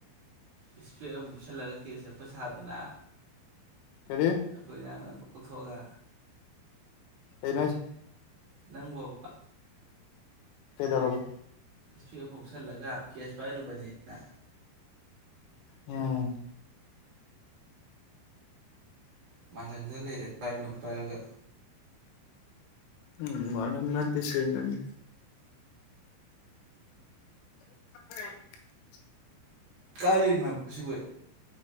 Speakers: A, on the right; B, on the left.
A: ꯏꯁꯄꯦꯛ ꯑꯃ ꯃꯨꯞꯁꯜꯂꯒ ꯀꯦ ꯆꯠꯄ ꯁꯥꯗꯅ
B: ꯀꯔꯤ
A: ꯑꯩꯈꯣꯏꯅ ꯀ ꯊꯣꯛꯒ
B: ꯀꯩꯅꯣ ꯍꯥꯁ
A: ꯅꯪꯕꯣꯕ
B: ꯀꯩꯗꯧꯔꯕ
A: ꯏꯁꯄꯦꯛ ꯑꯃ ꯎꯞꯁꯜꯂꯒ ꯀꯦꯁ ꯄꯥꯏꯔꯨꯕꯅꯦꯅ
B: ꯎꯝ
A: ꯃꯥꯜꯍꯟꯗ ꯂꯩꯔꯦ ꯄꯥꯏꯕꯅ ꯑꯃꯝ ꯄꯥꯏꯔꯒ
B: ꯎꯝ ꯃꯜꯍꯟꯕꯟꯇꯦ ꯁꯦꯡꯅꯅꯤ <inaudible>
A: ꯀꯥꯏ ꯂꯩꯃꯣꯕ ꯁꯦꯡꯕꯩ